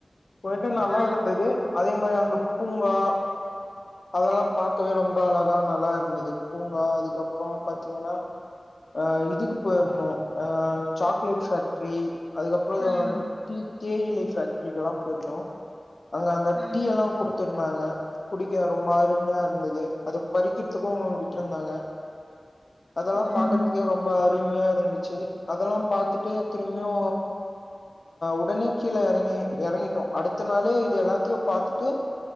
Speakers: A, on the left (about 65°); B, on the right (about 15°).
A: போயிட்டு நல்லாயிருந்தது
B: ம்
A: அதே மாரி அங்க பூங்கா அதெல்லா பாக்கவே ரொம்ப அழகா நல்லா இருந்தது பூங்கா அதுக்கப்பறோ பாத்திங்கன்னா அஹ் இதுக்கு போயிருந்தோ அஹ் சாக்லேட் ஃபேக்ட்ரி அதுக்கப்பறோ
B: ம்
A: வந்து டீ தேயிலை ஃபேக்ட்ரிக் எல்லா போயிருந்தோ அங்க அங்க
B: ம்
A: டீ எல்லா குடுத்திருந்தாங்க குடி டீ ரொம்ப அருமையா இருந்தது அத பறிக்கறதுக்கும் விட்டிருந்தாங்க அதெல்லாம்
B: ம்
A: பாக்கறதுக்கு ரொம்ப தூர்மையா இருந்துச்சி அதெல்லா பாத்துட்டு திரும்பியு உடனே கீழே எறங்கி எறங்கிட்டோ அடுத்த நாளே இது எல்லாத்தையு பாத்துட்டு